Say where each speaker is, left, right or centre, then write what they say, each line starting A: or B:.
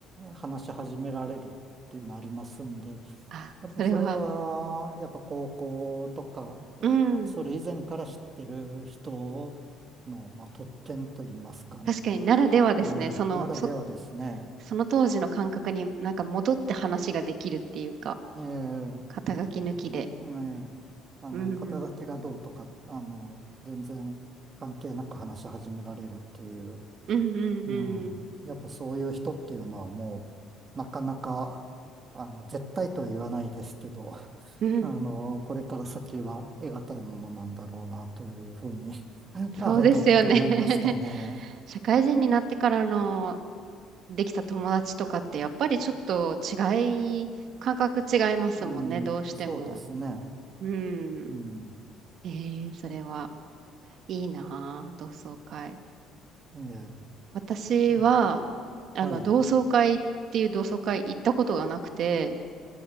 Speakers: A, on the right; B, on the right.
A: 話し始められるっていうのありますんで、
B: あ、
A: やっぱりそれは、
B: それは、
A: やっぱ高校とか、
B: うん。
A: それ以前から知ってる人の、まあ、特権といいますかね。
B: 確かにならではですね。
A: うん、
B: その、
A: ならではですね。
B: そ、その当時の感覚になんか戻って話ができるっていうか、
A: ええ
B: 肩書き抜きで。
A: うんええあの、
B: うん。
A: 肩書きがどうとか、あの、全然関係なく話し始められるっていう、
B: うんうんうん。
A: うん、やっぱそういう人っていうのはもう、なかなか、あの、絶対とは言わないですけど、<laughs>
B: うん。
A: あの、これから先は得難いものなんだろうなというふうに <laughs> 改めて思いましたね。
B: そうですよね。<laughs> 社会人になってからのできた友達とかってやっぱりちょっと違い、感覚違いますもんね、
A: うん、
B: どうしても。
A: そうですね。
B: うん。
A: うん、
B: えー、それはいいなあ同窓会。
A: ええ、
B: 私は、
A: うん
B: あの、
A: はい、
B: 同窓会っていう同窓会行ったことがなくて、